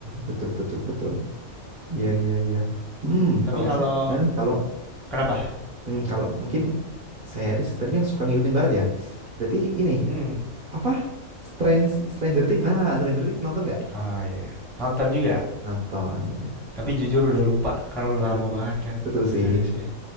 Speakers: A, on the right (about 55°); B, in the centre.
A: betul, betul, betul. Iya, iya, iya. Hmm,
B: Tapi
A: kalau
B: kalau
A: saya, eh, kalau,
B: kenapa?
A: hmm,
B: Kamu?
A: kalau mungkin series tadi kan suka ngikutin barat ya. Berarti ini.
B: Hmm.
A: apa Strange Stranger Things nah Stranger Things nonton nggak
B: Oh iya. Nonton juga.
A: nonton
B: Tapi jujur udah lupa karena udah
A: Betul.
B: lama banget kan
A: betul
B: itu
A: sih
B: series ya.